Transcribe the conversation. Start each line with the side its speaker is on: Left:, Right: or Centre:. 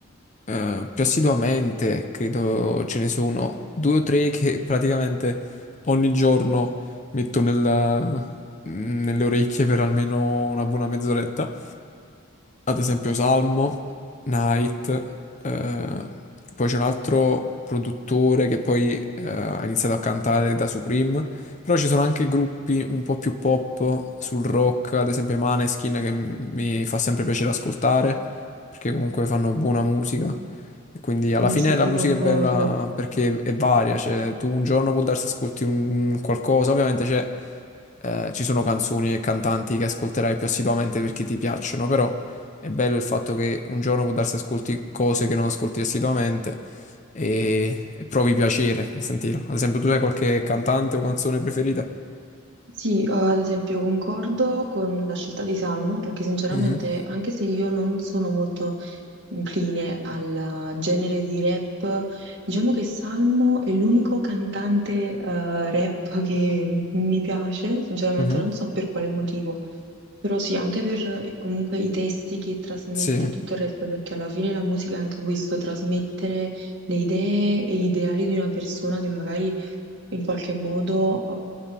Left: eh, più assiduamente, credo ce ne sono due o tre che <laughs> praticamente ogni giorno metto nella- nelle orecchie per almeno una buona mezz'oretta. ad esempio Salmo, Night, eh, poi c'è un altro produttore che poi eh, ha iniziato a cantare da Supreme, però ci sono anche gruppi un po' più pop sul rock, ad esempio i Maneskin che m- mi fa sempre piacere ascoltare perché comunque fanno buona musica. E quindi alla
Right: Sì,
Left: fine
Right: sì, sì,
Left: la musica
Right: concordo.
Left: è bella perché è varia, cioè tu un giorno può darsi ascolti un qualcosa, ovviamente c'è eh, ci sono canzoni e cantanti che ascolterai più assiduamente perché ti piacciono, però è bello il fatto che un giorno può darsi ascolti cose che non ascolti assiduamente e, e provi piacere nel sentirlo. Ad esempio, tu hai qualche cantante o canzone preferita?
Right: Sì, eh, ad esempio concordo con la scelta di Salmo, perché sinceramente
Left: Mhm,
Right: anche se io non sono molto incline al uh, genere di rap. Diciamo che Salmo è l'unico cantante eh, rap che mi piace, sinceramente
Left: mhm.
Right: non so per quale motivo, però sì, anche per eh, comunque i testi che trasmette
Left: Sì,
Right: e tutto il resto, perché alla fine la musica è anche questo, trasmettere le idee e gli ideali di una persona che magari in qualche modo